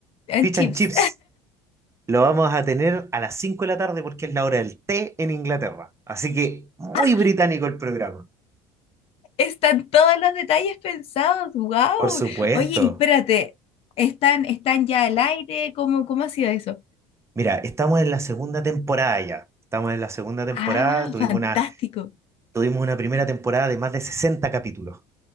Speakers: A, on the left; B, on the right.
A: and
B: fish
A: chips.
B: and chips. Lo vamos a tener a las 5 de la tarde porque es la hora del té en Inglaterra. Así que muy
A: <laughs>
B: británico el programa.
A: Están todos los detalles pensados, wow.
B: Por supuesto.
A: Oye, y espérate, ¿están, están ya al aire? ¿Cómo, cómo ha sido eso?
B: Mira, estamos en la segunda temporada ya. Estamos en la segunda temporada.
A: Ah,
B: Tuvimos
A: fantástico.
B: una, tuvimos una primera temporada de más de 60 capítulos.